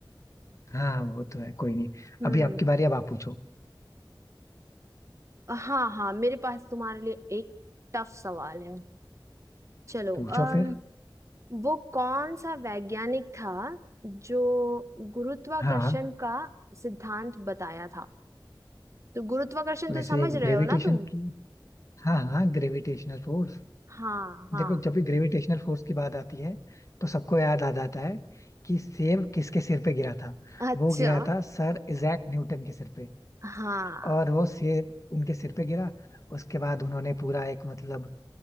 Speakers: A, on the left; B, on the right.
A: हाँ वो तो है कोई नहीं
B: हम्म
A: अभी आपकी बारी अब आप पूछो
B: हाँ हाँ मेरे पास तुम्हारे लिए एक टफ सवाल है चलो
A: पूछो
B: अम
A: फिर
B: वो कौन सा वैज्ञानिक था जो गुरुत्वाकर्षण
A: हाँ
B: का सिद्धांत बताया था तो गुरुत्वाकर्षण
A: वैसे
B: तो समझ रहे
A: ग्रेविटेशन
B: हो ना तुम
A: की हाँ हाँ ग्रेविटेशनल फोर्स
B: हाँ हाँ
A: देखो जब भी ग्रेविटेशनल फोर्स की बात आती है तो सबको याद आ जाता है कि सेब किसके सिर पे गिरा था
B: अच्छा
A: वो गिरा था सर इजैक न्यूटन के सिर पे
B: हाँ
A: और वो सेब उनके सिर पे गिरा उसके बाद उन्होंने पूरा एक मतलब